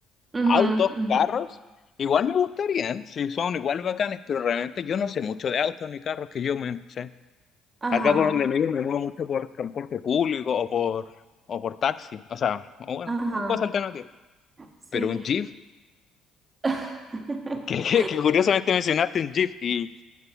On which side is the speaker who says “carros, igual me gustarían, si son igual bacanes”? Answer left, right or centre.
Left